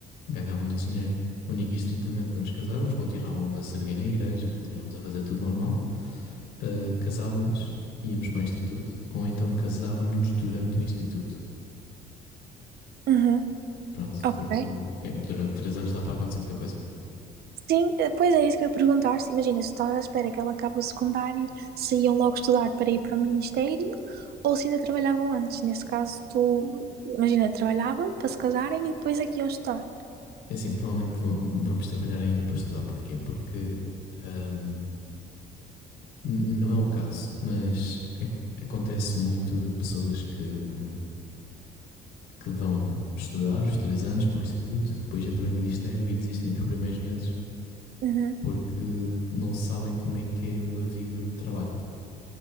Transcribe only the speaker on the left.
ganhávamos dinheiro único e estritamente para nos casarmos, continuávamos a servir na igreja, continuávamos a fazer tudo normal, ah, casávamos, íamos para o instituto, ou então casávamos durante o instituto.
Pronto,
porque é, durante três anos dá para acontecer muita coisa.
É assim, provavelmente v- vamos trabalhar ainda para estudar. Porquê? Porque hum, n- não é o caso, mas ac- acontece muito de pessoas que, hum, que vão estudar os três anos para o instituto, depois entram em ministério e desistem nos primeiros meses
porque não sabem como é que é uma vida de trabalho.